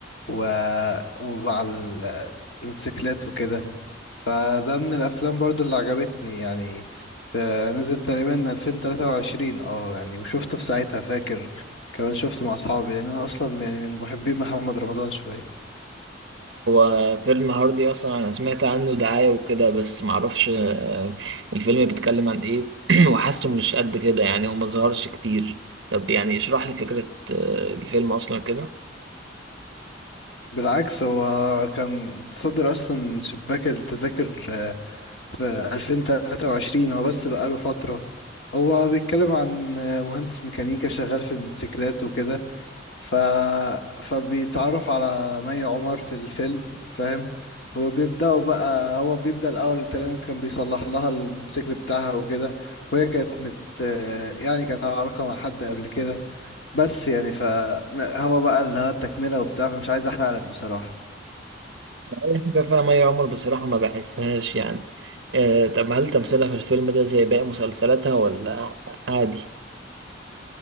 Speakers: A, on the left; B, on the right.
A: و... ومع ال- الموتوسيكلات وكده فده من الافلام برضو اللي عجبتني يعني فنزل تقريبا 2023 اه يعني وشفته في ساعتها فاكر كمان شفته مع اصحابي لان انا اصلا يعني من محبي محمد رمضان شويه
B: هو فيلم هاردي اصلا انا سمعت عنه دعاية وكده بس معرفش آه الفيلم بيتكلم عن ايه <clears throat> وحاسه مش قد كده يعني هو مظهرش كتير طب يعني اشرح لي فكرة آه الفيلم اصلا كده
A: بالعكس هو كان متصدر اصلا شباك التذاكر آه، في 2023 هو بس بقاله فتره هو بيتكلم عن آه، مهندس ميكانيكا شغال في الموتوسيكلات وكده ف... فبيتعرف على مي عمر في الفيلم فاهم هو بيبدأوا بقى هو بيبدأ الأول تقريبا كان بيصلح لها الموتوسيكل بتاعها وكده وهي كانت مت يعني كانت على علاقة مع حد قبل كده بس يعني ف هو بقى اللي هو التكملة وبتاع فمش عايز أحرق لك بصراحة
B: دي حاجة فيها مي عمر بصراحة ما بحسهاش يعني آه طب هل تمثيلها في الفيلم ده زي باقي مسلسلاتها ولا عادي؟